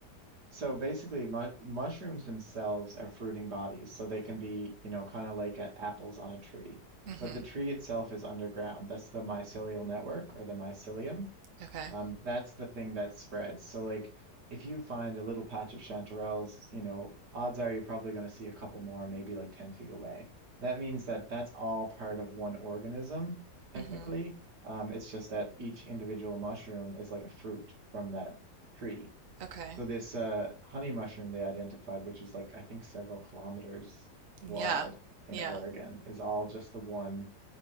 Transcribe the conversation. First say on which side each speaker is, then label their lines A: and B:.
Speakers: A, on the right; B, on the right.
A: So basically, mu mushrooms themselves are fruiting bodies, so they can be, you know, kind of like uh, apples on a tree.
B: Mm-hmm.
A: But the tree itself is underground. That's the mycelial network or the mycelium.
B: Okay.
A: Um, that's the thing that spreads. So like, if you find a little patch of chanterelles, you know, odds are you're probably going to see a couple more, maybe like 10 feet away. That means that that's all part of one organism, technically.
B: Mm-hmm.
A: Um, it's just that each individual mushroom is like a fruit from that tree.
B: Okay.
A: So this uh, honey mushroom they identified, which is like I think several kilometers
B: Yeah.
A: wide in
B: Yeah.
A: Oregon, is all just the one.